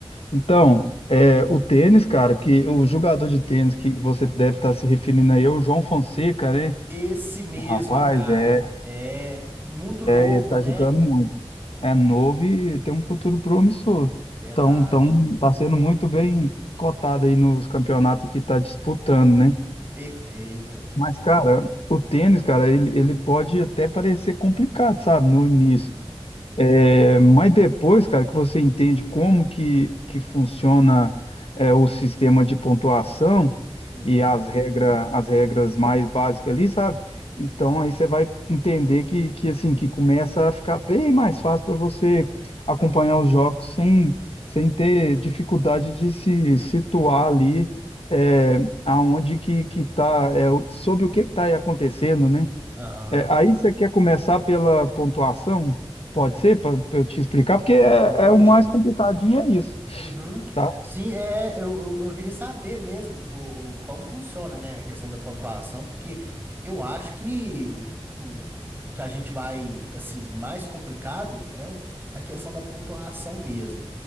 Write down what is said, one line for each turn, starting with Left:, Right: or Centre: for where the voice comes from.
Left: Então, é, o tênis, cara, que o jogador de tênis que você deve estar se referindo aí é o João Fonseca, né?
Right: Esse mesmo,
Left: O rapaz,
Right: cara,
Left: é,
Right: é muito novo,
Left: ele tá
Right: né?
Left: jogando muito. É novo e tem um futuro promissor.
Right: Verdade.
Left: Então, então, tá sendo muito bem cotado aí nos campeonatos que tá disputando, né?
Right: Perfeito.
Left: Mas, cara, o tênis, cara, ele, ele pode até parecer complicado, sabe, no início.
Right: Uhum,
Left: É, mas depois, cara, que você entende como que, que funciona é, o sistema de pontuação
Right: uhum.
Left: e as regra, as regras mais básicas ali, sabe? Então aí você vai entender que, que assim que começa a ficar bem mais fácil para você acompanhar os jogos sem, sem ter dificuldade de se situar ali é, aonde que, que tá, é, o- sobre o que que tá aí acontecendo, né?
Right: Aham.
Left: É, aí você quer começar pela pontuação? Pode ser, para eu te explicar, porque é,
Right: Pode.
Left: é o mais complicadinho, é isso,
Right: Uhum.
Left: tá?
Right: Sim, é, eu, eu, eu queria saber mesmo pô, como funciona, né, a questão da pontuação, porque eu acho que o, o que a gente vai, assim, mais complicado é o- a questão da pontuação mesmo.